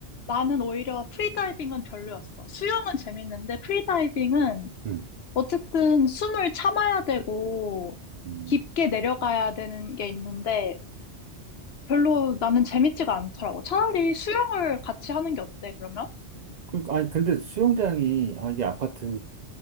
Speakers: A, on the left; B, on the right.
A: 나는 오히려 프리다이빙은 별로였어. 수영은 재밌는데 프리다이빙은
B: 음.
A: 어쨌든 숨을 참아야 되고
B: 음.
A: 깊게 내려가야 되는 게 있는데 별로 나는 재밌지가 않더라고. 차라리 수영을 같이 하는 게 어때, 그러면?
B: 그러니까 아니 근데 수영장이 아, 이게 아파트에